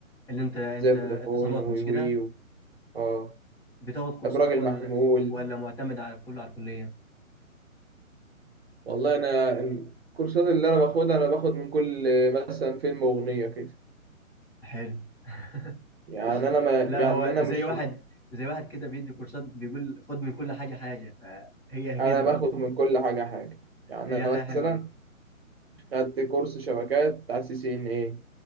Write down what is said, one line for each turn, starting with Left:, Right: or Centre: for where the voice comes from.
Centre: اللي انت انت
Right: زي
Centre: اتصالات
Right: فودافون ووي
Centre: مش كده
Right: و- اه
Centre: بتاخد كورسات
Right: ابراج المحمول
Centre: ولا ولا معتمد على كله على الكلية
Right: والله انا الكورسات اللي انا باخدها انا باخد من كل مثلا فيلم واغنيه كده
Centre: حلو <laughs>
Right: يعني انا ما يعني
Centre: لا هو
Right: انا
Centre: زي
Right: مش
Centre: واحد زي واحد كده بيدي كورسات بيقول خد من كل حاجة حاجة فهي <laughs> كده
Right: انا باخد
Centre: برضه
Right: من كل حاجه حاجه يعني
Centre: هي
Right: انا
Centre: حاجة
Right: مثلا
Centre: حلوة
Right: خدت كورس شبكات على سي سي ان اي